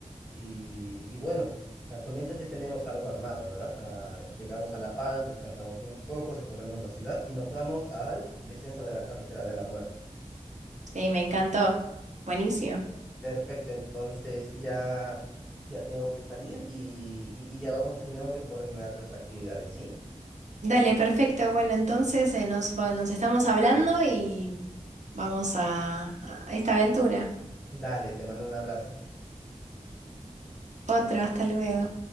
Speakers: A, in the centre; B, on the right (about 70°).
A: Y, y bueno, ah, por mientras ya tenemos algo armado, ¿verdad? Ah, llegamos a La Paz, descansamos un poco, recorremos la ciudad y nos vamos al descenso de la carretera de la muerte.
B: Sí, me encantó. Buenísimo.
A: Perfecto, entonces ya, ya tengo que salir y, y, y ya vamos terminando de coordinar las actividades, ¿sí?
B: Dale, perfecto. Bueno, entonces eh, nos, va- nos estamos hablando y vamos a a esta aventura.
A: Dale, te mando un abrazo.
B: Otro, hasta luego.